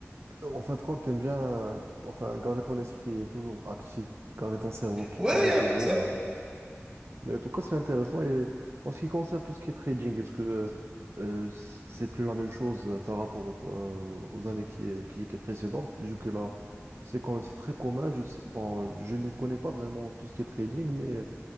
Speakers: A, on the right; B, on the right.
A: En fin de compte, t'aimes bien, enfin, garder ton esprit toujours actif, garder ton cerveau qui
B: Ouais,
A: travaille
B: il y a
A: toujours.
B: un peu de ça.
A: euh, Mais en tout cas, c'est intéressant. Et en ce qui concerne tout ce qui est trading, est-ce que euh, euh, c- c'est plus la même chose euh, par rapport au- euh, aux années qui, qui étaient précédentes, vu que là, c'est quand même c'est très commun. Je sais, bon, je m'y connais pas vraiment tout ce qui est trading, mais